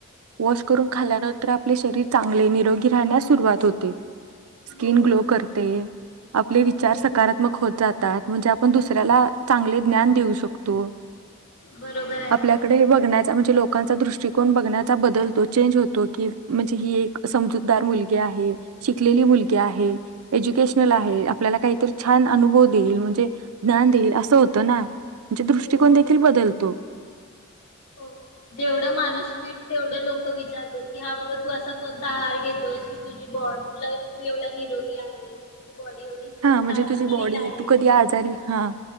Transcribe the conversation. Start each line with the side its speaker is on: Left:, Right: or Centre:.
Right: वॉश करून खाल्ल्यानंतर आपले शरीर चांगले निरोगी राहण्यास सुरुवात होते स्किन
Left: हो
Right: ग्लो करते आपले विचार
Left: हो
Right: सकारात्मक होत जातात. म्हणजे आपण दुसऱ्याला चांगले ज्ञान देऊ शकतो.
Left: बरोबर आहे.
Right: आपल्याकडे बघण्यात म्हणजे लोकांचा दृष्टकोन बघण्या बदलतो चेंज होतो की म्हणजे, ही एक समजूतदार मुलगी आहे, शिकलेली मुलगी
Left: हो
Right: आहे, एज्युकेशनल आहे, आपल्याला काहीतर छान अनुभवी देईल. ज्ञान देईल अस होत ना म्हणजे दृष्टिकोन
Left: हो
Right: देखील बदलतो.
Left: हो जेवढ माणूस फिट तेवढं लोक विचारतात की हा बाबा तू असा कोणता आहार घेतोस की तुझी बॉडी तू एवढा निरोगी आहेस. बॉडी एवढी स्वस्त
Right: हा म्हणजे
Left: आहे
Right: तुझी बॉडी
Left: फिट आहे.
Right: तू कधी आजारी हा